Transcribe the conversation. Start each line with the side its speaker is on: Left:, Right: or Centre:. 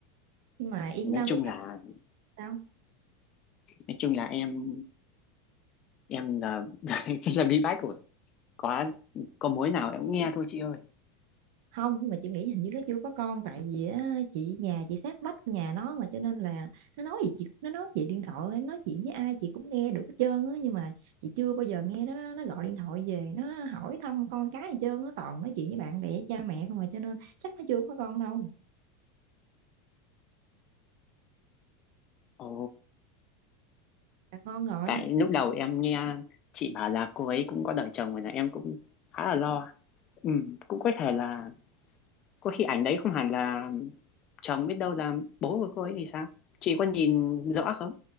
Right: nhưng mà yên
Left: nói
Right: tâm
Left: chung
Right: đi
Left: là
Right: chắc sao
Left: nói chung là em em là <laughs> chỉ là bí bách của có có mối nào em cũng nghe thôi chị ơi
Right: không mà chị nghĩ hình như nó chưa có con tại vì á, chị nhà chị sát vách nhà nó mà cho nên là nó nói gì chị nó nói chị điện thoại hay nói chuyện với ai chị cũng nghe được hết trơn á nhưng mà chị chưa bao giờ nghe nó nó gọi điện thoại về nó hỏi thăm con cái gì trơn á toàn nói chuyện với bạn bè cha mẹ không mà cho nên chắc nó chưa có con đâu
Left: ồ
Right: là con gọi
Left: tại lúc đầu em nghe chị bảo là cô ấy cũng có đời chồng rồi là em cũng khá là lo ừ, cũng có thể là có khi ảnh đấy không hẳn là chồng biết đâu là bố của cô ấy thì sao chị có nhìn rõ không